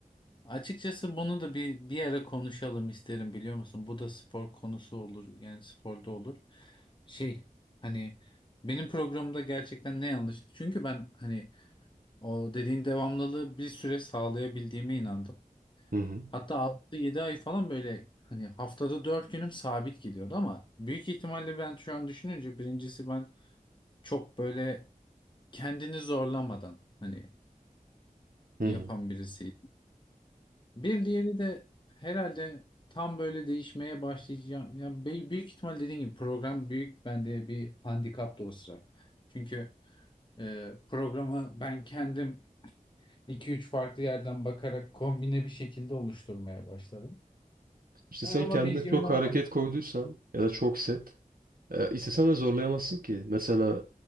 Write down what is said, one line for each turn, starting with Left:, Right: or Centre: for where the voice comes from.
Left: Açıkçası bunu da bir bir ara konuşalım isterim biliyor musun? Bu da spor konusu olur. Yani sporda olur. Şey hani benim programımda gerçekten ne yanlıştı? Çünkü ben hani o dediğin devamlılığı bir süre sağlayabildiğime inandım.
Right: Hı hı.
Left: Hatta altı yedi ay falan böyle hani haftada 4 günüm sabit gidiyordu ama büyük ihtimalle ben şu an düşününce birincisi ben çok böyle kendini zorlamadan hani
Right: Hı
Left: yapan
Right: hı.
Left: birisi Bir diğeri de herhalde tam böyle değişmeye başlayacağım. Ya be- büyük ihtimal dediğim gibi program büyük bende bir handikap da o sıra. Çünkü e, programı ben kendim iki üç farklı yerden bakarak kombine bir şekilde oluşturmaya başlarım.
Right: İşte
Left: E,
Right: sen
Left: ama
Right: kendine
Left: bilgimin
Right: çok
Left: olmadı.
Right: hareket koyduysan ya da çok set, e, istesen de zorlayamazsın ki. Mesela